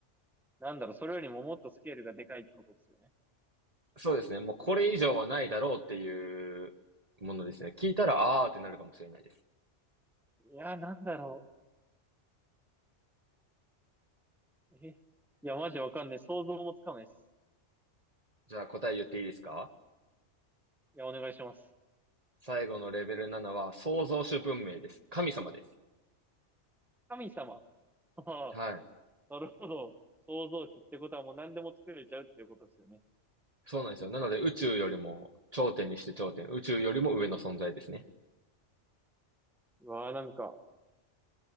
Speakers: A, in the centre; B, on the right (about 35°).
A: なんだろう、それよりももっとスケールがでかいってことですよね。
B: そうですね。
A: と
B: もうこれ以上はないだろうっていうものですね。聞いたら、あーってなるかもしれないです。
A: いやー、なんだろう。え、いや、マジわかんない。想像もつかないです。
B: じゃあ答え言っていいですか
A: いや、お願いします。
B: 最後のレベル7は創造主文明です。神様です。
A: 神様。ああ、
B: はい。
A: なるほど。想像値ってことはもう何でも作れちゃうっていうことですよね。
B: そうなんですよ。なので宇宙よりも頂点にして頂点、宇宙よりも上の存在ですね。
A: うわあ、なんか、